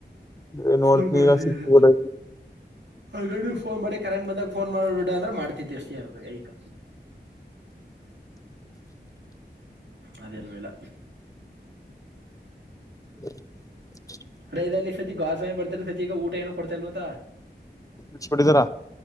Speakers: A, on the left; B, on the right.
A: ಏ
B: <unintelligible>
A: ನೋಡ್ತೀನಿ
B: ಮಾಡ
A: ಈಗ ಸಿಕ್ಸ್ ಬಿಡ್
B: ಆನ್ ಮಾಡೆ ಕರೆಂಟ್ ಬಂದ ಫೋನ್ ಮಾಡಬಿಡ ಅಂದ್ರೆ ಮಾಡ್ತತಿ ಅಷ್ಟ ಯಾರ ಐಕ ಅದೇನ್ ಇಲ್ಲ
A: <inaudible>
B: ಕಡೆದಲ್ಲಿಲ್ಲಿ ಸಜಿ ಗಾಸೇ ಬರ್ತಲ್ಲ ಸಜಿ ಈಗ ಊಟ ಏನೋ ಕೊಡ್ತಲ್ವಂತ
A: ಇಷ್ಟ ಕೊಟ್ಟಿದ್ದಾರಾ